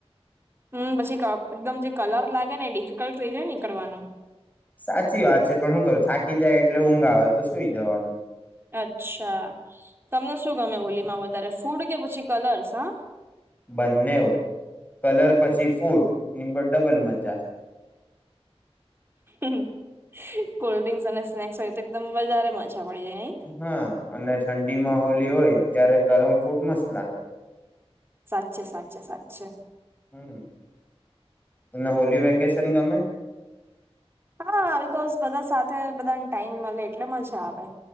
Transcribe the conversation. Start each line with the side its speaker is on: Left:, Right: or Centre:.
Right: હમ પછી ક એકદમ જે કલર લાગે ને એ ડિફિકલ્ટ થઈ જાય નીકળવાનું.
Left: સાચી વાત છે પણ હુ કરું થાકી જાય એટલે ઊંઘ આવે તો સુઈ જવાનું.
Right: અચ્છા. તમને શું ગમે હોલીમાં વધારે ફૂડ કે પછી કલર્સ? હા.
Left: બંનેવ કલર પછી ફૂડ ની ડબલ મજા.
Right: હહહ કોલ્ડ ડ્રિંસ અને સ્નેક્સ હોય તો એકદમ વધારે મજા. પડી જાય નઈ
Left: હમ્મ અને ઠંડી માં હોલી હોય ત્યારે ગરમ ફૂડ મસ્ત લાગે.
Right: સાચે સાચે સાચે.
Left: હમ્મ તને હોલી વેકેશન ગમે?
Right: હા બીકોઝ બધા સાથે બધાને ટાઈમ મળે એટલે મજા આવે.